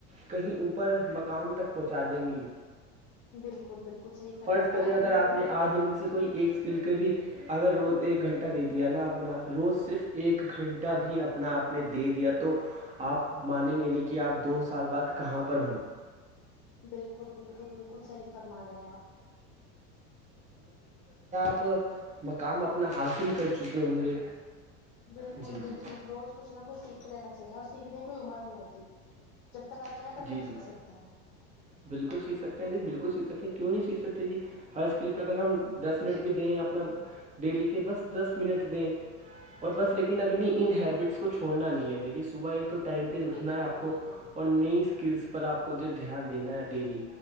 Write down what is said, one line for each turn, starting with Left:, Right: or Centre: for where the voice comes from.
Right: کہیں اوپر مقام تک پہنچا دیں گے
Left: بالکل بالکل صحیح فرما
Right: فرض
Left: رہے
Right: کریں
Left: ہیں
Right: اگر
Left: بالکل
Right: آپ نے آج ان میں سے کوئی ایک اسکل کے بھی اگر روز ایک گھنٹہ دے دیا نا اپنا روز صرف ایک گھنٹہ بھی اپنا آپ نے دے دیا تو آپ مانیں گے نہیں کہ آپ دو سال بعد کہاں پر
Left: بالکل بالکل بالکل صحیح فرما رہے ہیں آپ
Right: پر مقام اپنا حاصل کر چکے ہوں گے
Left: بالکل
Right: جی
Left: بالکل
Right: جی
Left: روز کچھ نہ کچھ سیکھتے رہنا چاہیے اور سیکھنے کی کوئی عمر نہیں ہوتی جب تک آپ چاہے
Right: جی
Left: تب تک
Right: جی جی
Left: سیکھ سکتا ہیں
Right: بالکل سیکھ ستے ہیں جی بالکل سیکھ سکتے ہیں کیوں نہیں سیکھ سکتے جی ہر اسکل پہ اگر ہم دس منٹ بھی دیں اپنا ڈیلی کے بس دس منٹ دیں اور بس لیکن ابنی ان ہیبٹس کو چھوڑنا نہیں ہے دیکھیے صبح ایک تو ٹائم پہ اٹھنا
Left: بالکل
Right: ہے آپ
Left: بالکل
Right: کو اور نی اسکلس پر آپ کو جو دھیان دینا ہے ڈیلی